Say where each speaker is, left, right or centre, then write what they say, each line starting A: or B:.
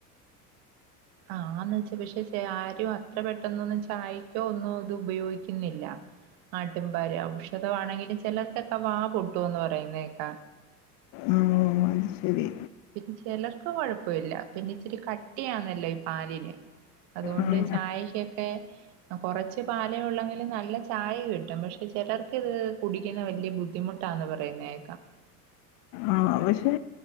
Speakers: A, on the right (about 55°); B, on the left (about 50°).
A: ആന്ന് വെച്ച പക്ഷെ ആരും അത്ര പെട്ടെന്നൊന്നും ചായക്കോ ഒന്നും ഇത് ഉപയോഗിക്കുന്നില്ല ആട്ടിൻ പാല് ഔഷധമാണെങ്കിലും ചിലർക്കൊക്കെ വാ പൊട്ടുന്ന് പറയുന്നേക്കാ
B: ഉം അത് ശരി
A: പിന്നെ ചിലർക്ക് കൊഴപ്പല്ല പിന്നെ ഇച്ചിരി കട്ടിയന്നല്ലോ പാലിന് അതുകൊണ്ട്
B: ഉം
A: ചായക്കൊക്കെ കുറച്ച പാലേ ഉള്ളെങ്കിലും നല്ല ചായ കിട്ടും പക്ഷെ ചിലർക്ക് ഇത് കുടിക്കുന്ന വലിയ ബുദ്ധിമുട്ടാന്ന് പറയുന്നേക്കാം
B: ആ പക്ഷെ